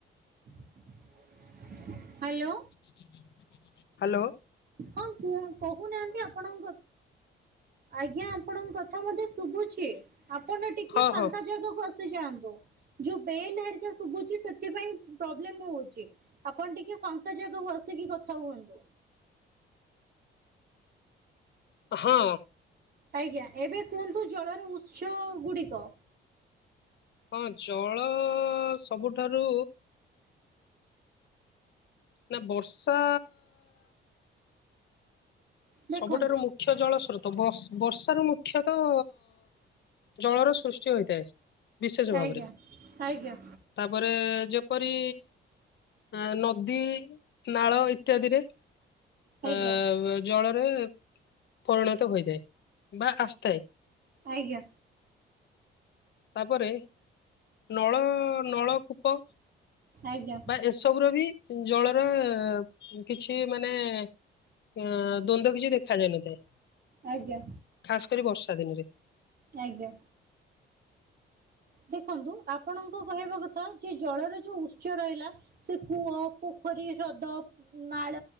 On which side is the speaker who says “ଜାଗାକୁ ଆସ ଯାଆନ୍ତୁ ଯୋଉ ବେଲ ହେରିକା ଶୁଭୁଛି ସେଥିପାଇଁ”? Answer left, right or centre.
Right